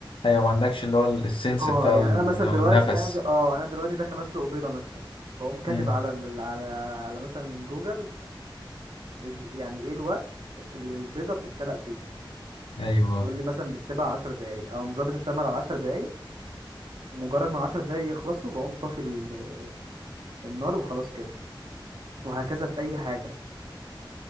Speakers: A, on the left; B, on the right.
A: ايوه ما عندكش اللي هو السنس
B: اه
A: بتاع
B: يعني
A: ال-
B: انا مثلا
A: او
B: دلوقتي
A: النفس
B: انا د... اه انا دلوقتي داخل اسلق بيضه مثلا بقوم كاتب
A: امم
B: على ال... على على مثلا جوجل إز... يعني ايه الوقت اللي البيضه بتتسلق فيه
A: ايوه
B: يقول لي مثلا بتسيبها 10 دقايق او مظبط التايمر على 10 دقايق ومجرد ما عشر دقايق يخلصوا بقوم طافي ال- النار وخلاص كده وهكذا في اي حاجة